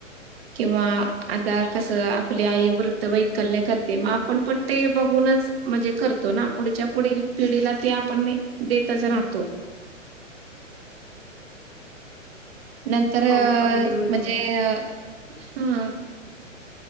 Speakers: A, on the right; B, on the left.
A: किंवा आता कसं आपली आई व्रतवैकल्य करते, मग आपण पण ते बघूनच म्हणजे करतो ना, पुढच्या पुढील पिढीला ते आपण नाई देतच राहतो. नंतर
B: हो अगदी बरोबर
A: म्हणजे हम्म